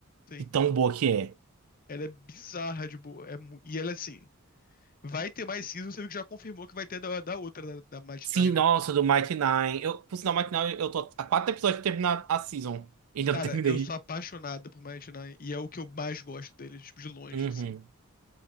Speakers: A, on the left (about 40°); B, on the right (about 75°).
A: Sim.
B: de tão boa que é.
A: Ela é bizarra de boa. É mu- E ela, assim, vai ter mais season, você viu que já confirmou que vai ter da, da outra, da, da Mighty
B: Sim,
A: Nein, né?
B: nossa, do Mighty Nine. Eu, por sinal, Mighty Nine, eu tô há quatro episódios pra terminar a season. Ainda
A: Cara,
B: não <laughs> terminei.
A: eu sou apaixonado por Mighty Nein. E é o que eu mais gosto deles, tipo, de longe,
B: Uhum.
A: assim.